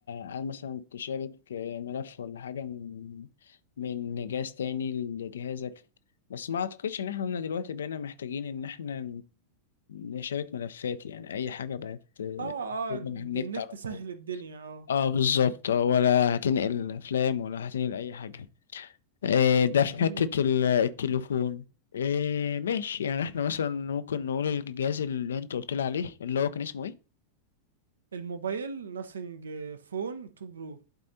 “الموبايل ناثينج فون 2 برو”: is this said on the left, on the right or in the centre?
Right